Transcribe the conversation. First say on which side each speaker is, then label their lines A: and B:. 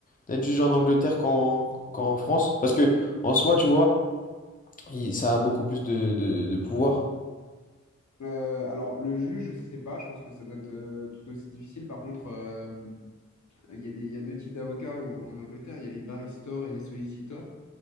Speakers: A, on the left (about 30°); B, on the left (about 70°).
A: d'être juge en Angleterre qu'en qu'en France. Parce que en soi, tu vois, il- ça a beaucoup plus de, de, de pouvoir.
B: Euh, alors, le juge, je sais pas, je pense que ça doit être euh, tout aussi difficile. Par contre, euh, il y a des, il y a deux types d'avocats au- en Angleterre, il y a les barristers et les solicitors.